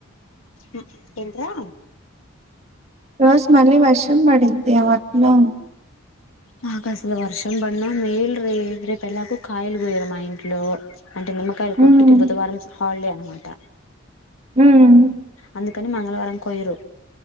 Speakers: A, on the left; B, on the right.
A: అ ఎంటిరా
B: రోజు మళ్ళీ వర్షం పడింది ఏం అట్లా
A: మాకు అసలు వర్షం బడిన మేల్ రీ రేపు ఎలాగూ కాయలు గోయరు మా ఇంట్లో అంటే నిమ్మకాయలు
B: హ్మ్.
A: కొట్టుకి బుధవారం హాలిడే అన్నమాట
B: హామ్
A: అందుకని మంగళవారం పోయరు